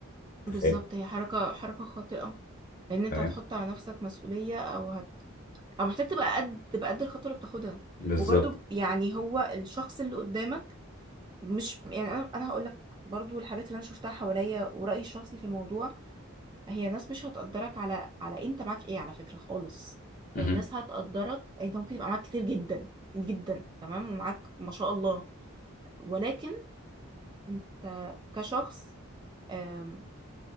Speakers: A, on the right (about 20°); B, on the left (about 40°).
A: بالظبط
B: انت فاهم
A: هي حركة حركة خاطئة لأن أنت
B: تمام
A: هتحط على نفسك مسؤولية أو هت... أو محتاج تبقى قد تبقى قد الخطوة اللي بتاخدها
B: بالظبط
A: وبرضو يعني هو الشخص اللي قدامك مش يعني أنا أنا هقول لك برضو الحاجات اللي أنا شفتها حواليا ورأيي الشخصي في الموضوع هي ناس مش هتقدرك على على أنت معاك إيه على فكرة خالص
B: مهم.
A: هي الناس هتقدرك أنت ممكن يبقى معاك كتير جدا جدا تمام ومعاك ما شاء الله ولكن انت كشخص آم،